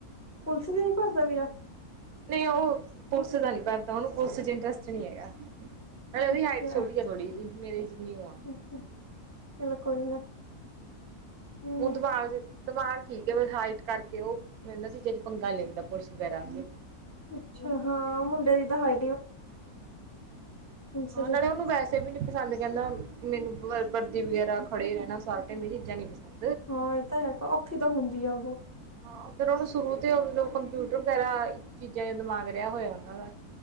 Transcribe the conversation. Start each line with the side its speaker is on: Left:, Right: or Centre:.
Left: ਪੁਲਿਸ ਦੇ ਨੀ ਭਰਦਾ ਵੀਰਾ
Right: ਨਹੀਂ ਉਹ ਪੁਲਿਸ ਦਾ ਨੀ ਭਦਾ ਉਹਨੂੰ ਪੁਲਿਸ ਚ ਇੰਟਰਸਟ ਨਹੀਂ ਹੈਗਾ ਨਾਲੇ ਉਹਦੀ
Left: ਅੱਛਾ
Right: ਹਾਈਟ ਛੋਟੀੀ ਥੋੜੀ ਮੇਰੇ ਹਮ
Left: ਅੱਛਾ, ਚਲੋ ਕੋਈ ਨਾ ਹਮ
Right: ਹੁਣ ਦਬਾਗ ਦਬਾਰ ਠੀਕ ਕੇਵ ਹਾਈਟ ਕਰਕੇ ਉਹਹਿੰਦਾ ਚੀ ਚ ਪੰਗਾ ਲੈਂਦਾ ਪੁਲਿਸ ਵਗੈਰਾ
Left: ਅੱਛਾ ਹਾਂ ਮੁੰਡੇ ਦੀ ਦਹਾਾਈ ਪੁਲਿਸ
Right: ਹਾਂ
Left: ਚ
Right: ਨਾਲੇ ਉਹਨੂੰ ਵੈਸੇ ਵੀ ਨੀ ਪਸੰਦ ਕਹਿੰਦਾ ਮੈਨੂੰ ਵਰਦੀ ਵਗੈਰਾ ਖੜੇ ਰਹਿਣਾ ਸਾਰਟ ਮੇਰੀ ਚੀਜ਼ਾਂ ਨੀ ਪਸੰਦ
Left: ਹਾਂ ਇਹ ਤਾਂ ਹੈਗਾ ਔਖੀ ਤਾਂ ਹੁੰਦੀ ਆ ਉਹ
Right: ਹਾਂ ਫਿਰ ਉਹਨੂੰ ਸ਼ੁਰੂ ਤੋਂ ਮਤਲਬ ਕੰਪਿਊਟਰ ਵਗੈਰਾ ਚੀਜ਼ਾਂ ਦਿਮਾਗ ਰਿਹਾ ਹੋਇਆ ਉਹਨਾਂ ਦਾ